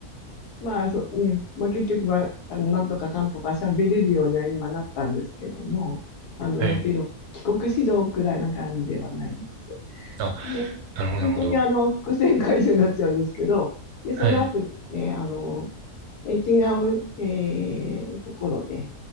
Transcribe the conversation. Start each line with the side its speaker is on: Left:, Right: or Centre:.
Left: まあ、そう、うん、まあ、結局は、あの、なんとかかんとか喋れるようには今なったんですけども、あの、
Right: はい。
Left: もちろん、帰国子女くらいな感じではないんです。
Right: あ、
Left: で、
Right: なるほど、
Left: 本当にあの、
Right: なるほど。
Left: 伏線回収になっちゃうんですけど、で、
Right: はい。
Left: その後ですね、あの、えー違う、えーところで、